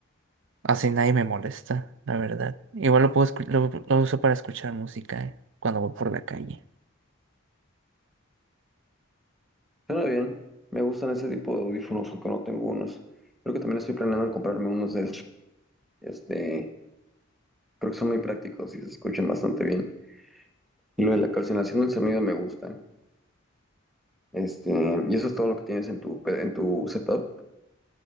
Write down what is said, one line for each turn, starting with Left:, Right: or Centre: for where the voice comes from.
Right: así nadie me molesta, la verdad. Igual lo puedo escu- lo, lo uso para escuchar música eh, cuando voy por la calle.
Centre: Suena bien. Me gustan ese tipo de audífonos, aunque no tengo unos. Creo que también estoy planeando en comprarme unos de esos. Este, creo que son muy prácticos y se escuchan bastante bien. Y lo de la calcinación del sonido me gusta. Este, y eso es todo lo que tienes en tu, pe- en tu setup.